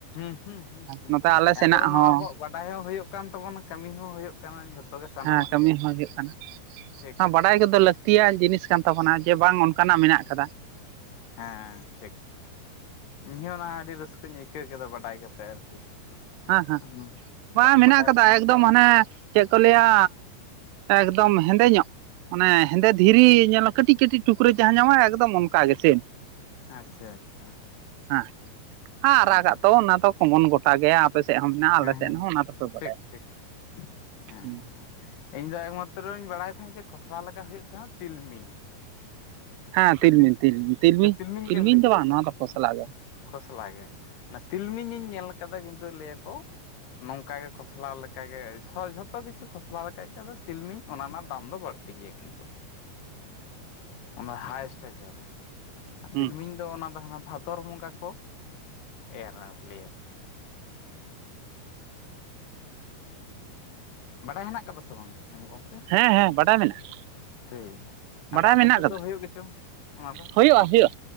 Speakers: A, on the left (about 70°); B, on the right (about 80°).
A: ᱦᱩ ᱦᱩᱸ
B: ᱱᱚᱛᱮ ᱟᱞᱮ ᱥᱮᱱᱟᱜ
A: ᱮᱵᱚᱨᱮ ᱱᱚᱣᱟ
B: ᱦᱚᱸ
A: ᱟᱵᱚᱣᱟᱜ ᱵᱟᱰᱟᱭ ᱦᱚᱸ ᱦᱩᱭᱩᱜ ᱠᱟᱱ ᱛᱟᱵᱚᱱᱟ ᱠᱟᱹᱢᱤ ᱦᱚᱸ ᱦᱩᱭᱩᱜ ᱠᱟᱱᱟ ᱜᱮ ᱥᱟᱱᱟᱢᱟᱜ
B: ᱦᱮᱸ ᱠᱟᱹᱢᱤ
A: ᱜᱮ
B: ᱦᱚᱸ ᱦᱩᱭᱩᱜ ᱠᱟᱱᱟ,
A: ᱴᱷᱤᱠ
B: ᱦᱟᱸ ᱵᱟᱲᱟᱭ ᱠᱚᱫᱚ ᱞᱟᱹᱠ ᱞᱟᱹᱠᱛᱤᱭᱱ ᱡᱤᱱᱤᱥ ᱠᱟᱱ ᱛᱟᱵᱚᱱᱟ ᱡᱮ ᱵᱟᱝ ᱚᱱᱠᱟᱱᱟᱜ ᱢᱮᱱᱟᱜ ᱟᱠᱟᱫᱟ
A: ᱦᱮᱸ ᱴᱷᱤᱠ ᱤᱧᱦ ᱚᱱᱟ ᱟᱹᱰᱤ ᱨᱟᱹᱥᱠᱟᱹᱧ ᱟᱹᱭᱠᱟᱹᱣ ᱠᱮᱫᱟ ᱵᱟᱰᱟᱭ ᱠᱟᱛᱮ ᱟᱨᱠᱤ᱾
B: ᱦᱮᱸ ᱦᱮᱸ
A: <unintelligible> ᱵᱟᱝ
B: ᱢᱮᱱᱟᱜ
A: ᱵᱟᱰᱟᱭ
B: ᱟᱠᱟᱫᱟ ᱮᱠᱫᱚᱢ ᱦᱟᱱᱮ ᱪᱮᱫ ᱠᱚ ᱞᱟᱹᱭᱟ ᱮᱠᱫᱚᱢ ᱦᱮᱸᱫᱮ ᱧᱚᱜ᱾ ᱚᱱᱮ ᱦᱮᱸᱫᱮ ᱫᱷᱤᱨᱤ ᱧᱮᱞᱚᱜ ᱠᱟᱹᱴᱤᱡ ᱠᱟᱹᱴᱤᱡ, ᱴᱩᱠ ᱨᱮ ᱡᱟᱦᱟᱸ ᱧᱟᱢᱟᱭ ᱮᱠᱫᱚᱢ ᱚᱱᱠᱟ ᱜᱮ ᱥᱮᱢ᱾
A: ᱟᱪᱪᱷᱟ ᱟᱪᱪᱷᱟ
B: ᱦᱮᱸ ᱟᱨ ᱟᱨᱟᱜᱟᱜ
A: ᱦᱮᱸ
B: ᱛᱚ ᱚᱱᱟ ᱫᱚ ᱠᱚᱢᱚᱱ ᱜᱚᱴᱟ ᱜᱮᱭᱟ, ᱟᱯᱮ ᱥᱮᱫ ᱦᱚᱸ ᱢᱮᱱᱟᱜᱼᱟ ᱟᱞᱮ ᱥᱮᱫ
A: ᱦᱮᱸ
B: ᱦᱚᱸ ᱚᱱᱟ ᱫᱚᱯᱮ ᱵᱟᱰᱟᱭᱟ
A: ᱴᱷᱤᱠ ᱴᱷᱤᱠ ᱦᱮᱸ
B: ᱦᱩᱸ᱾
A: ᱤᱧ ᱫᱚ ᱮᱠᱢᱟᱛᱨᱚᱧ ᱵᱟᱲᱟᱭ ᱛᱟᱦᱮᱸᱫ ᱡᱮ ᱠᱷᱚᱥᱞᱟ ᱞᱮᱠᱟ ᱦᱩᱭᱩᱜ ᱛᱟᱦᱮᱸᱦᱚᱸ ᱛᱤᱞᱢᱤᱧ᱾
B: ᱦᱮᱸ
A: ᱥᱮ
B: ᱛᱤᱞᱢᱤᱧ
A: ᱛᱤᱞ
B: ᱛᱤᱞᱢᱤᱧ ᱛᱤᱞᱢᱤᱧ
A: ᱥᱮ
B: ᱛᱤᱞᱢᱤᱧ
A: ᱜᱮᱢ ᱞᱟᱹᱭ ᱦᱚᱪᱚ
B: ᱫᱚ
A: ᱠᱮᱫᱟ
B: ᱵᱟᱝ ᱱᱚᱣᱟ ᱫᱚ ᱯᱷᱚᱥᱞᱟᱜ ᱜᱮ
A: ᱠᱷᱚᱥᱞᱟ ᱜᱮ, ᱚᱱᱟ ᱛᱤᱞᱢᱤᱧ ᱤᱧ ᱧᱮᱞ ᱠᱟᱫᱟ ᱠᱤᱱᱛᱩ ᱞᱟᱹᱭ ᱟᱠᱚ, ᱱᱚᱝᱠᱟ ᱜᱮ ᱠᱷᱚᱥᱞᱟ ᱞᱮᱠᱟᱜᱮ ᱡᱷᱚᱛᱚ ᱠᱤᱪᱷᱩ ᱠᱷᱚᱥᱞᱟ ᱞᱮᱠᱟᱜᱮ ᱟᱫᱚ ᱛᱤᱞᱢᱤᱧ ᱚᱱᱟ ᱨᱮᱱᱟᱜ ᱫᱟᱢ ᱫᱚ ᱵᱟᱹᱲᱛᱤ ᱜᱮᱭᱟ ᱠᱤᱱᱛᱩ᱾ ᱚᱱᱟ ᱦᱟᱭᱮᱥᱴ ᱮᱠ ᱵᱟᱨᱮ᱾ ᱟᱨ
B: ᱦᱮᱸ
A: ᱛᱤᱞᱢᱤᱧ ᱫᱚ ᱚᱱᱟ ᱫᱚ ᱦᱟᱱᱟ ᱵᱷᱟᱫᱚᱨ ᱵᱚᱸᱜᱟ ᱠᱚ ᱮᱨᱟ ᱞᱟᱹᱭ ᱟᱠᱚ᱾ ᱵᱟᱰᱟᱭ ᱦᱮᱱᱟᱜ ᱠᱟᱫᱟ ᱥᱮ ᱵᱟᱝ ᱜᱚᱝᱠᱮ?
B: ᱦᱮᱸ ᱦᱮᱸ ᱵᱟᱰᱟᱭ ᱢᱮᱱᱟᱜᱼᱟ᱾
A: ᱥᱮᱭ ᱟᱫᱚ
B: ᱵᱟᱰᱟᱭ
A: ᱟᱯᱮ
B: ᱢᱮᱱᱟᱜ
A: ᱥᱮᱫ
B: ᱟᱠᱟᱫᱟ
A: ᱫᱚ ᱦᱩᱭᱩᱜ ᱜᱮᱪᱚᱝ ᱚᱱᱟ ᱫᱚ᱾
B: ᱦᱩᱭᱩᱜᱼᱟ ᱦᱩᱭᱩᱜᱼᱟ᱾